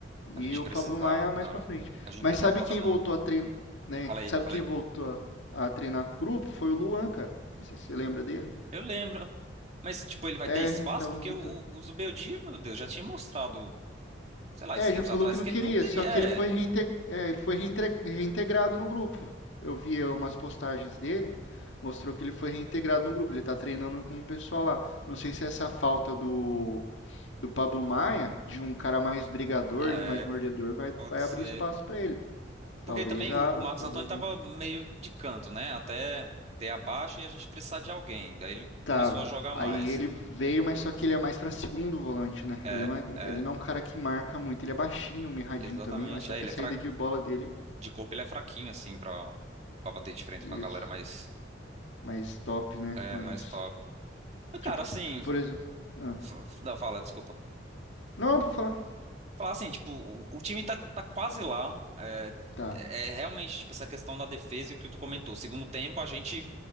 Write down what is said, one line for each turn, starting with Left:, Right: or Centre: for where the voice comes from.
Right: A
Left: e
Right: gente
Left: o
Right: precisava,
Left: Pablo Maia
Right: cara.
Left: mais pra frente.
Right: A gente
Left: Mas
Right: precisava
Left: sabe
Right: pra
Left: quem
Right: dar uma.
Left: voltou a treinar, né?
Right: Fala aí,
Left: Sabe
Right: fala
Left: quem
Right: aí.
Left: voltou a, a treinar com o grupo? Foi o Luan, cara. Não sei se você lembra dele.
Right: Eu lembro. Mas, tipo, ele vai
Left: É,
Right: ter espaço?
Left: ele tava
Right: Porque
Left: no Vitória.
Right: o, o, o Zubeldia, meu Deus, já tinha mostrado, sei lá,
Left: É,
Right: esses tempos
Left: já falou
Right: atrás,
Left: que não
Right: que
Left: queria,
Right: ele não teria.
Left: só que
Right: É,
Left: ele foi, reinte- é, ele foi reintre- reintegrado no grupo. Eu vi umas postagens dele, mostrou que ele foi reintegrado no grupo. Ele tá treinando com o pessoal lá. Não sei se é essa falta do do Pablo Maia, de um cara mais brigador,
Right: Ah,
Left: de
Right: é,
Left: mais mordedor, vai,
Right: pode
Left: vai abrir
Right: ser.
Left: espaço pra ele.
Right: Porque
Left: Talvez
Right: também
Left: abra,
Right: o, o Marcos
Left: talvez
Right: Antônio tava
Left: não.
Right: meio de canto, né? Até ter a baixa e a gente precisar de alguém. Daí ele
Left: Tava.
Right: começou a jogar
Left: Aí
Right: mais.
Left: ele veio, mas só que ele é mais pra segundo volante, né?
Right: É,
Left: Ele não é, um-
Right: É.
Left: ele não é um cara que marca muito. Ele é baixinho, mirradinho
Right: Exatamente.
Left: também, mas só
Right: É,
Left: que
Right: ele
Left: a saída
Right: é fra...
Left: de bola dele.
Right: De corpo ele é fraquinho, assim, pra, pra bater de frente
Left: Isso.
Right: com a galera mais,
Left: Mais top, né?
Right: é,
Left: Mas.
Right: mais top. Mas,
Left: Tipo,
Right: Cara, assim.
Left: por exemplo. Ah.
Right: f- f- Não, fala, desculpa.
Left: Não, pra falar.
Right: Falar assim, tipo, o, o time tá, tá quase lá. É,
Left: Tá.
Right: é é realmente, tipo, essa questão da defesa e o que tu comentou. Segundo tempo, a gente